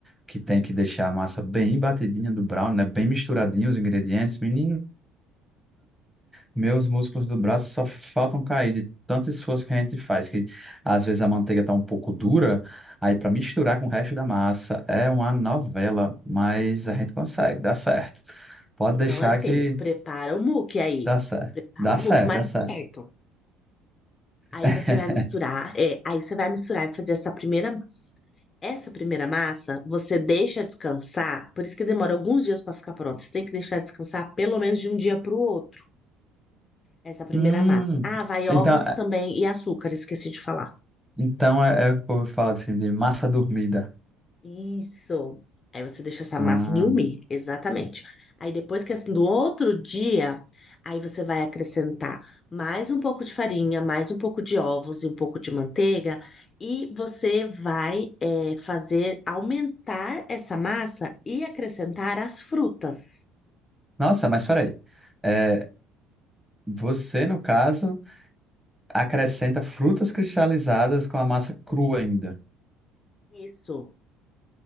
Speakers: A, in the centre; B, on the left.
A: que tem que deixar a massa bem batidinha do brownie, né? Bem misturadinho os ingredientes. Menina, meus músculos do braço só faltam cair de tanto esforço que a gente faz, que às vezes a manteiga tá um pouco dura, aí para misturar com o resto da massa é uma novela, mas a gente consegue, dá certo. Pode
B: Então,
A: deixar
B: é assim,
A: que
B: prepara o muque aí.
A: dá certo.
B: Prepara
A: Dá
B: o
A: certo,
B: muque, mas
A: dá
B: dá
A: certo.
B: certo. Aí
A: <laughs>
B: você vai misturar, é, aí você vai misturar e fazer essa primeira massa. Essa primeira massa você deixa descansar, por isso que demora alguns dias para ficar pronto. Você tem que deixar descansar pelo menos de um dia para o outro. Essa primeira
A: Hum,
B: massa. Ah, vai
A: então.
B: ovos também e açúcar, esqueci de falar.
A: Então é, é o que o povo fala assim de massa dormida.
B: Isso. Aí você deixa essa
A: Ah,
B: massa dormir, exatamente. Aí depois que assim, do outro dia, aí você vai acrescentar mais um pouco de farinha, mais um pouco de ovos e um pouco de manteiga, e você vai eh, fazer aumentar essa massa e acrescentar as frutas.
A: nossa, mas peraí. É, você, no caso, acrescenta frutas cristalizadas com a massa crua ainda.
B: Isso.